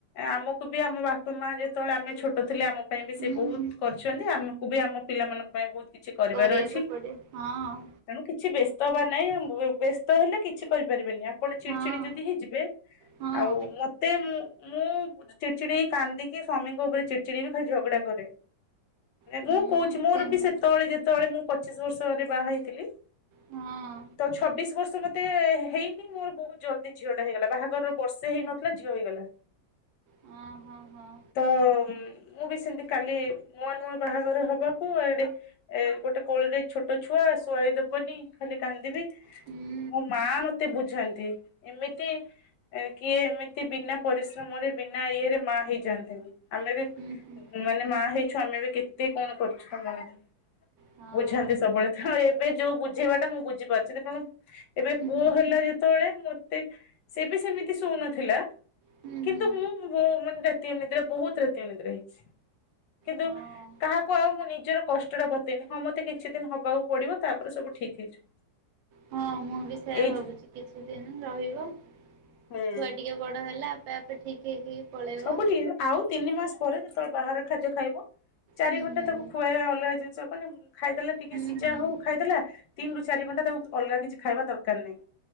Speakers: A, on the left (about 70°); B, on the right (about 85°).
A: ଆମକୁ ବି ଆମ ବାପା ମା ଯେତେବେଳେ ଆମେ ଛୋଟ ଥିଲେ ଆମ ପାଇଁ ବି
B: ହୁଁ
A: ସେ ବହୁତ କରିଛନ୍ତି ଆମକୁ ବି ଆମ ପିଲାମାନଙ୍କ ପାଇଁ ବହୁତ କିଛି କରିବାର
B: କରିବାକୁ
A: ଅଛି
B: ପଡେ ହଁ
A: ତେଣୁ କିଛି ବ୍ୟସ୍ତ ହବାର ନାହିଁ। ମୁଁ ଓଏ ବ୍ୟସ୍ତ ହେଲେ କିଛି କରିପାରିବେନି ଆପ ପୁଣି ଚିଡଚିଡି
B: ହଁ
A: ଯଦି ହେଇ ମତେ
B: ହଁ
A: ଆଉ ମତେ ମୁ ମୁଁ ଚିଡ଼ଚିଡି ହେଇ କାନ୍ଦିକି ସ୍ଵାମୀଙ୍କ ଉପରେ ଚିଡ଼ଚିଡି ହେଇ ଖାଲି ଝଗଡା କରେ,
B: ହୁଁ
A: ମୁଁ କହୁଛି ମୋର
B: ସେମିତି
A: ବି ସେତେବେଳେ ଯେ ଯେତବେଳେ ମୁଁ ପଚିଶ ବର୍ଷରେ ବାହା ହେଇଥିଲି
B: ହଁ
A: ତ ଛବିଶ ବର୍ଷ ମତେ ହେଇନି ମୋର ବହୁତ ଜଲଦି ଝିଅ ଟା ହେଇଗଲା ବାହାଘରର ବର୍ଷେ ହେଇନଥିଲା ଝିଅ ହେଇଗଲା,
B: ହଁ ହଁ ହଁ
A: ତ ମୁଁ ବି ସେମତି କାଲି ନୂଆ ନୂଆ ବାହାଘର ହବାକୁ ଆଡେ ଏ ଗୋଟେ କୋଳରେ ଛୋଟ ଛୁଆ ଶୁଆଇଦବନି ଖାଲି କାନ୍ଦିବି
B: ହୁଁ
A: ମୋ ମା ମତେ ବୁଝାନ୍ତି। ଏମିତି କିଏ ଏମିତି ବିନା ପରିଶ୍ରମରେ ବିନା ଇଏରେ ମା ହେଇଯାଆନ୍ତିନି। ଆମେ ବି
B: ହୁଁ ହୁଁ
A: ମାନେ ମା ହେଇଛୁ ଆମେ ବି କେତେ କଣ କରିଛୁ ତମ ମାନଙ୍କ,
B: ହଁ
A: ବୁଝାନ୍ତି ସବୁବେଳେ ତ ଏବେ ଯୋଉ ବୁଝେଇବାଟା ମୁଁ ବୁଝିପାରୁଛି ତେଣୁ ଏବେ
B: ହୁଁ
A: ପୁଅ
B: ହୁଁ
A: ହେଲା ଯେତେବେଳେ ମୁଁ ସେ ସେବି ସେମିତି ଶୋଉନଥିଲ
B: ହୁଁ
A: କିନ୍ତୁ
B: ହୁଁ
A: ମୁଁ ମୁଁ ମାନେ ରାତି ଅନିଦ୍ରା ବହୁତ ରାତି ଅନିଦ୍ରା ହେଇଛି। କିନ୍ତୁ
B: ହଁ
A: କାହାକୁ ଆଉ ମୁଁ ନିଜର କଷ୍ଟ ଟା ବତେଇନି ହଁ ମତେ କିଛି ଦିନ ହବାକୁ ପଡିବ ତାପରେ ସବୁ ଠିକ ହେଇଯିବ।
B: ହଁ ମୁଁ ବି ସେୟା
A: ଏଇ
B: ଭାବୁଛି କିଛି ଦିନ ରହିବି। ହୁଁ
A: ହୁଁ
B: ଛୁଆ ଟିକେ ବଡ ହେଲା ଆପେ ଆପେ ଠିକ ହେଇକି ପଳେଇବ।
A: ସବୁ ଠିକ୍ ହେଇଯିବ ଆଉ ତିନି ମାସ ପରେ ଯେତେବେଳେ ବାହାର ଖାଦ୍ୟ ଖାଇବ ଚାରି
B: ହୁଁ ହୁଁ
A: ଘଣ୍ଟା ତାକୁ ଖୁଆଇବା ଅଲଗା ଜିନିଷ ମାନେ ଖାଇଦେଲା
B: ହୁଁ
A: ଟିକେ ସିଝା
B: ହୁଁ।
A: ହଉ ଖାଇଦେଲା ତିନି ରୁ ଚାରି ଘଣ୍ଟା ତାକୁ ଅଲଗା କିଛି ଖାଇବା ଦରକାର ନାହିଁ।